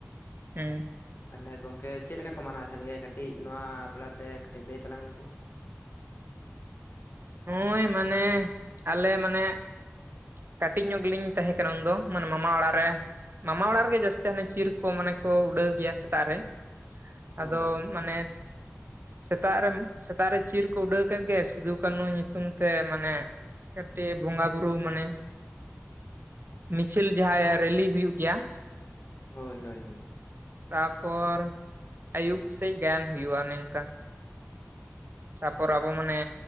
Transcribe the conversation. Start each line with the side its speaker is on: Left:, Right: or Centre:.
Right: ᱮᱸ
Left: ᱛᱟᱦᱞᱮ ᱜᱚᱝᱠᱮ ᱪᱮᱫ ᱞᱮᱠᱟ ᱠᱚ ᱢᱟᱱᱟᱣ ᱛᱟᱦᱮᱱ ᱜᱮᱭᱟ ᱠᱟᱹᱴᱤᱡ ᱱᱚᱣᱟ ᱟᱯᱲᱟᱛᱮ ᱠᱟᱹᱴᱤᱡ ᱞᱟᱹᱭ ᱛᱟᱞᱟᱝ ᱢᱮᱥᱮ
Right: ᱦᱳᱭ ᱢᱟᱱᱮ ᱟᱞᱮ ᱢᱟᱱᱮ ᱠᱟᱹᱴᱤᱡ ᱧᱚᱜ ᱜᱮᱞᱤᱧ ᱛᱟᱦᱮᱸ ᱠᱟᱱᱟ ᱩᱱ ᱫᱚ ᱢᱟᱱᱮ ᱢᱟᱢᱟ ᱚᱲᱟᱜ ᱨᱮ ᱢᱟᱢᱟ ᱚᱲᱟᱜ ᱨᱮᱜᱮ ᱡᱟᱹᱥᱛᱤ ᱦᱟᱱᱮ ᱪᱤᱨ ᱠᱚ ᱢᱟᱱᱮ ᱠᱚ ᱩᱰᱟᱹᱣ ᱜᱮᱭᱟ ᱥᱮᱛᱟᱜ ᱨᱮ
Left: ᱦᱳᱭ
Right: ᱟᱫᱚ ᱢᱟᱱᱮ ᱥᱮᱛᱟᱜ ᱨᱮ ᱥᱮᱛᱟᱜ ᱨᱮ ᱪᱤᱨ ᱠᱚ ᱩᱰᱟᱹᱣ ᱠᱮᱫ ᱜᱮ ᱥᱤᱫᱩ ᱠᱟᱹᱱᱩ ᱧᱩᱛᱩᱢ ᱛᱮ ᱢᱟᱱᱮ ᱠᱟᱹᱴᱤᱡ ᱵᱚᱸᱜᱟ ᱵᱩᱨᱩ ᱢᱟᱱᱮ ᱢᱤᱪᱷᱤᱞ ᱡᱟᱦᱟᱸ ᱨᱮᱞᱤ ᱦᱩᱭᱩᱜ ᱜᱮᱭᱟ
Left: ᱦᱳᱭ ᱦᱳᱭ ᱦᱳᱭ
Right: ᱛᱟᱯᱚᱨ ᱟᱭᱩᱵ ᱥᱮᱡᱽ ᱜᱟᱭᱟᱱ ᱦᱩᱭᱩᱜᱼᱟ ᱱᱮᱝᱠᱟ ᱛᱟᱯᱚᱨ ᱟᱵᱚ ᱢᱟᱱᱮ